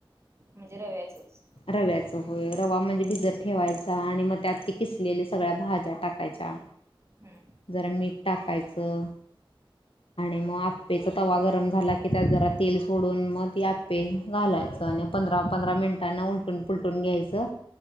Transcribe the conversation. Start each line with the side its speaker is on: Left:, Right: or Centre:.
Right: म्हणजे रव्याचचं.
Left: रव्याच होय, रवा म्हणजे भिजत ठेवायचा आणि मग त्यात ते किसलेली सगळ्या भाज्या टाकायच्या
Right: हा
Left: जरा मीठ टाकायचं. आणि मग आप्पेचा तवा गरम झाला की त्यात जरा तेल सोडून मग ती आप्पे घालाय. <unintelligible> आणि पंधरा, पंधरा मिनिटांनी त्यांना उलटून पूलटून घ्यायचं,